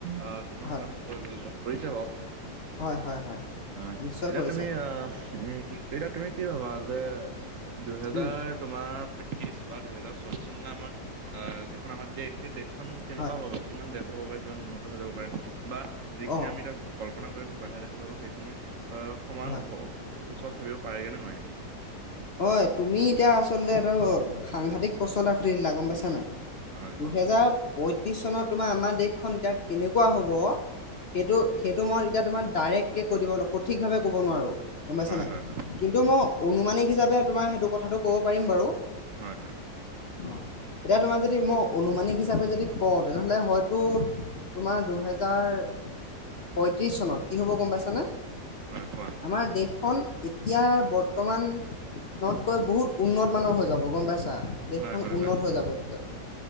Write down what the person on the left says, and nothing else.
হয়
হয় হয় হয়
নিশ্চয়
কৰিছে
উম
হয়
অ
হয়
অ', তুমি এতিয়া আচলতে এইটো সাংঘাতিক প্ৰশ্ন এটা সুধি দিলা গম পাইছা নাই?
দুহেজাৰ পঁইত্ৰিছ চনত তোমাৰ আমাৰ দেশখন এতিয়া কেনেকুৱা হ'ব? সেইটো, সেইটো মই এতিয়া তোমাক ডাইৰেক্ট কে কৈ দিব নু <unintelligible> ঠিকভাৱে ক'ব নোৱাৰো। গম পাইছা
নে নাই?
কিন্তু মই অনুুমানিক হিচাপে তোমাৰ সেইটো কথাটো ক'ব পাৰিম বাৰু।
অ, এতিয়া তোমাক যদি মই অনুমানিক হিচাপে যদি কওঁ, তেনেহ'লে হয়তো তোমাৰ দুহেজাৰ পয়ত্ৰিছ চনত কি হ'ব গম পাইছানে?
আমাৰ দেশখন এতিয়া বৰ্ত মানতকৈ বহুত উন্নত মানৰ হৈ যাব, গম পাইছা? দেশখন
উন্নত
হৈ যাব তেতিয়ালৈ।